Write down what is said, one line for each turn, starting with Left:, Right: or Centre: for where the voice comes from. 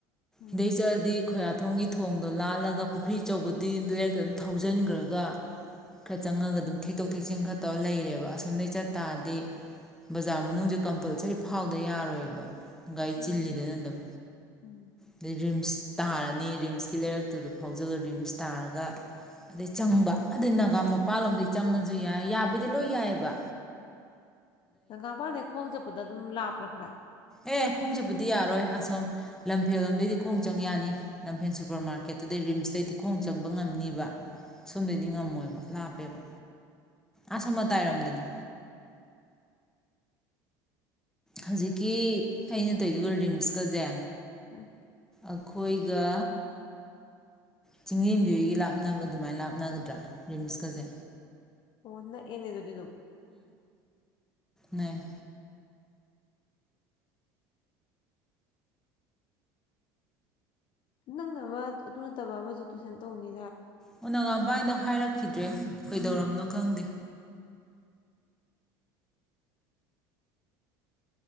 Left: ꯎꯝ
Centre: ꯑꯗꯩ ꯆꯠꯂꯗꯤ ꯈꯣꯏꯌꯥꯊꯣꯡꯒꯤ ꯊꯣꯡꯗꯣ ꯂꯥꯜꯂꯒ ꯄꯨꯈ꯭ꯔꯤ ꯑꯆꯧꯕꯗꯤ ꯂꯩꯔꯛꯇ ꯑꯗꯨꯝ ꯊꯧꯖꯟꯒ꯭ꯔꯒ ꯈꯔ ꯆꯪꯉꯒ ꯑꯗꯨꯝ ꯊꯦꯛꯇꯣꯛ ꯊꯦꯛꯆꯤꯟ ꯈꯔ ꯇꯧꯔ ꯂꯩꯔꯦꯕ ꯑꯁꯣꯝꯗꯒꯤ ꯆꯠ ꯇꯥꯔꯗꯤ ꯕꯖꯥꯔ ꯃꯅꯨꯡꯖꯨ ꯀꯝꯄꯜꯁꯔꯤ ꯐꯥꯎꯗ ꯌꯥꯔꯣꯏꯕ ꯒꯥꯔꯤ
Left: ꯎꯝ
Centre: ꯆꯤꯜꯂꯤꯗꯅ ꯑꯗꯨꯝ
Left: ꯎꯝ
Centre: ꯑꯗꯩ ꯔꯤꯝꯁ ꯇꯥꯔꯅꯤ ꯔꯤꯝꯁꯀꯤ ꯂꯩꯔꯛꯇꯨꯗ ꯐꯥꯎꯖꯜꯂ ꯔꯤꯝꯁ ꯇꯥꯔꯒ ꯑꯗꯩ ꯆꯪꯕ ꯑꯗꯩ ꯅꯥꯒꯥ ꯃꯄꯥꯜꯂꯣꯝꯗꯩ ꯆꯪꯉꯖꯨ ꯌꯥꯏ ꯌꯥꯕꯩꯗꯤ ꯂꯣꯏ ꯌꯥꯏꯑꯦꯕ
Left: ꯅꯒꯥꯃꯄꯥꯜꯗꯩ ꯈꯣꯡꯅ ꯆꯠꯄꯗ ꯑꯗꯨꯝ ꯂꯥꯞꯄ꯭ꯔꯥ ꯈꯔ
Centre: ꯑꯦ ꯈꯣꯡ ꯆꯠꯄꯗꯤ ꯌꯥꯔꯣꯏ ꯑꯁꯣꯝ ꯂꯝ ꯂꯝꯐꯦꯜꯂꯣꯝꯗꯩꯗꯤ ꯈꯣꯡ ꯆꯪ ꯌꯥꯅꯤ ꯂꯝꯐꯦꯟ ꯁꯨꯄꯔ ꯃꯥꯔꯀꯦꯠꯇꯨꯗꯩ ꯔꯤꯝꯁꯇꯩꯩꯗꯤ ꯈꯣꯡ ꯆꯪꯕ ꯉꯝꯅꯤꯕ ꯁꯣꯝꯗꯩꯗꯤ
Left: ꯎꯝ
Centre: ꯉꯝꯃꯣꯏꯕ ꯂꯥꯞꯄꯦꯕ ꯑꯁꯣꯝ ꯃꯇꯥꯏꯔꯣꯝꯗꯅꯦ ꯍꯧꯖꯤꯛꯀꯤ ꯑꯩꯅ ꯇꯧꯏꯗꯨꯒ ꯔꯤꯝꯁꯀꯖꯦ
Left: ꯎꯝ
Centre: ꯑꯈꯣꯏꯒ ꯆꯤꯡꯂ‌ꯦꯝꯕꯤꯍꯣꯏꯒꯤ ꯂꯥꯞꯅꯕ ꯑꯗꯨꯃꯥꯏ ꯂꯥꯞꯅꯒꯗ꯭ꯔꯥ ꯔꯤꯝꯁꯀꯖꯦ
Left: ꯑꯣ ꯅꯛꯑꯦꯅꯦ ꯑꯗꯨꯗꯤ ꯑꯗꯨꯝ
Centre: ꯅꯛꯑꯦ
Left: ꯅꯪꯅ ꯑꯃ ꯑꯗꯨ ꯅꯠꯇꯕ ꯑꯃꯖꯨ ꯇꯨꯏꯁꯟ ꯇꯧꯅꯤ
Centre: ꯑꯣ ꯅꯒꯥꯝꯄꯥꯟꯒꯤꯗꯣ ꯍꯥꯏꯔꯛꯈꯤꯗ꯭ꯔꯦ꯫ ꯀꯩꯗꯧꯔꯕꯅꯣ ꯈꯪꯗꯦ꯫